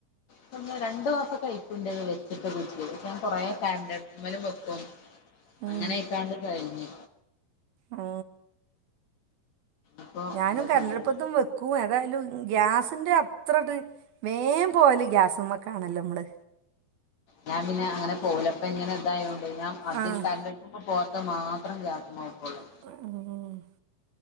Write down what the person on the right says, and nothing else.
ഉം
ഉം
ഞാനും
കറന്റ്
അട്പ്പത്തും വെക്കും. ഉം ഏതയാലും ഗ്യാസിൻ്റെ അത്രട്ട് മേൻ പോകല് ഗ്യാസമ്മക്കാണലൊ നമ്മള്.
ആഹ്
ഉം